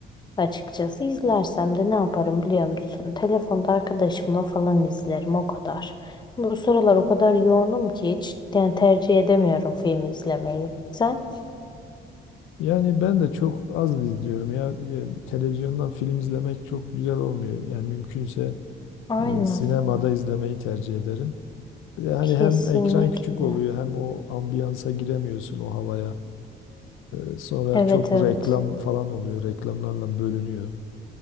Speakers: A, on the left (about 20°); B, on the left (about 85°).
A: Açıkçası izlersem de ne yaparım biliyor musun? Telefonda arkadaşımla falan izlerim o kadar. Bu sıralar o kadar yoğunum ki hiç yani tercih edemiyorum film izlemeyi. Sen?
B: Yani ben de çok az izliyorum ya. E, Televizyondan film izlemek çok güzel olmuyor. Yani mümkünse
A: Aynen.
B: e, sinemada izlemeyi tercih ederim. Bir de hani
A: Kesinlikle.
B: hem ekran küçük oluyor hem o ambiyansa giremiyorsun o havaya. Ee, sonra
A: Evet
B: çok
A: evet.
B: reklam falan oluyor. Reklamlarla bölünüyor.